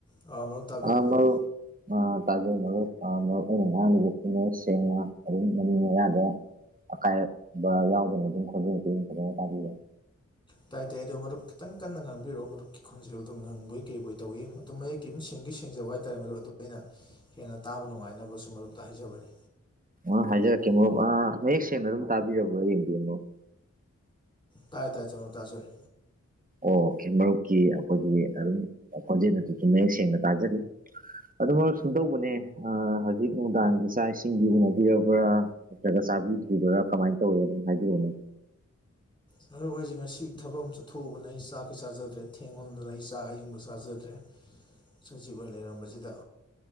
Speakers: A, on the left; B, on the right.
A: ꯑ ꯃꯔꯨꯞ ꯇꯥꯕꯤꯔꯕ꯭ꯔꯣ
B: ꯑ ꯃꯔꯨꯞ ꯑ ꯇꯥꯖꯩ ꯃꯔꯨꯞ ꯑ ꯃꯔꯨꯞ ꯑꯩꯅ ꯉꯥꯡꯉꯤꯖꯦ ꯃꯌꯦꯛ ꯁꯦꯡꯅ ꯑꯗꯨꯝ ꯃꯃꯤꯡ ꯃꯌꯥꯗ ꯑꯀꯥꯏꯕ ꯌꯥꯎꯗꯅ ꯑꯗꯨꯝ ꯈꯣꯖꯦꯟꯁꯦ ꯑꯗꯨꯝ ꯐꯖꯅ ꯇꯥꯕꯤꯕꯔ
A: ꯇꯥꯏ ꯇꯥꯏ ꯑꯗꯣ ꯃꯔꯨꯞ ꯈꯤꯇꯪ ꯀꯟꯅ ꯉꯥꯡꯕꯤꯔꯧ ꯃꯔꯨꯞꯀꯤ ꯈꯣꯟꯖꯦꯜꯗꯣ ꯉꯪꯕꯣꯏ ꯀꯩꯕꯣꯏ ꯇꯧꯏ ꯑꯗꯨꯝ ꯃꯌꯦꯛ ꯇꯤꯗꯨꯝ ꯁꯦꯡꯗꯤ ꯁꯦꯡꯖꯕ ꯍꯥꯏꯇꯥꯔꯦ ꯃꯔꯨꯞ ꯑꯗꯨ ꯑꯩꯅ ꯍꯦꯟꯅ ꯇꯥꯕ ꯅꯨꯡꯉꯥꯏꯅꯕ ꯁꯨꯝ ꯃꯔꯨꯞꯇ ꯍꯥꯏꯖꯕꯅꯤ
B: ꯑ ꯍꯥꯏꯖꯔꯛꯀꯦ ꯃꯔꯨꯞ ꯑꯥ ꯃꯌꯦꯛ ꯁꯦꯡꯅ ꯑꯗꯨꯝ ꯇꯥꯕꯤꯔꯕꯣ ꯌꯦꯡꯕꯤꯌꯨ ꯃꯔꯨꯞ
A: ꯇꯥꯏ ꯇꯥꯏ ꯁꯦꯡꯅ <unintelligible> ꯇꯥꯖꯔꯦ
B: ꯑꯣꯈꯦ ꯃꯔꯨꯞꯀꯤ ꯑꯩꯈꯣꯏꯒꯤ ꯑꯗꯨꯝ ꯈꯣꯟꯖꯦꯜ ꯑꯗꯨꯁꯨ ꯃꯌꯦꯛ ꯁꯦꯡꯅ ꯇꯥꯖꯔꯤ ꯑꯗꯨ ꯃꯔꯨꯞ ꯁꯨꯝꯗꯧꯕꯅꯦ ꯑ ꯍꯧꯖꯤꯛ ꯅꯨꯡꯗꯥꯡꯒꯤ ꯆꯥꯛ ꯏꯁꯤꯡꯗꯤ ꯎꯅꯕꯤꯔꯕ꯭ꯔꯥ ꯅꯠꯇ꯭ꯔꯒ ꯆꯥꯕꯤꯗ꯭ꯔꯤꯕ꯭ꯔꯥ ꯀꯃꯥꯏ ꯇꯧꯢ ꯑꯗꯨꯝ ꯍꯥꯏꯕꯤꯌꯨꯅꯦ
A: ꯃꯔꯨꯞ ꯑꯩꯖꯦ ꯉꯁꯤ ꯊꯕꯛ ꯑꯃ ꯆꯠꯊꯣꯛꯎꯕꯅ ꯑꯩ ꯆꯥꯛꯇꯤ ꯆꯥꯖꯗ꯭ꯔꯦ ꯊꯦꯡꯃꯟꯗꯅ ꯑꯩ ꯆꯥꯛ ꯑꯌꯤꯡꯕ ꯆꯥꯖꯗ꯭ꯔꯦ ꯆꯖꯤꯛ ꯑꯣꯏ ꯂꯩꯔꯝꯕꯖꯤꯗꯥ